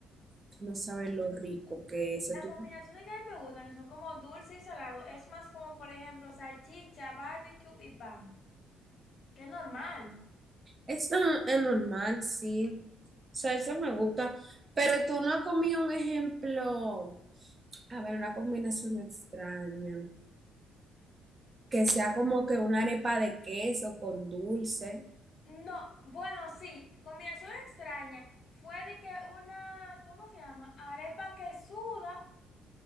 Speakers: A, on the right; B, on the left.
A: tú no sabes lo rico que es.
B: Las
A: Tú-
B: combinaciones que a mí me gustan, que son como dulce y salado, es más como, por ejemplo, salchicha, barbecue y pan. Que es normal.
A: eso es normal, sí. O sea, eso me gusta. Pero tú no has comido un ejemplo. A ver, una combinación extraña. Que sea como que una arepa de queso con dulce.
B: No, bueno, sí, combinación extraña. Fue de que una, ¿cómo se llama? Arepa que suda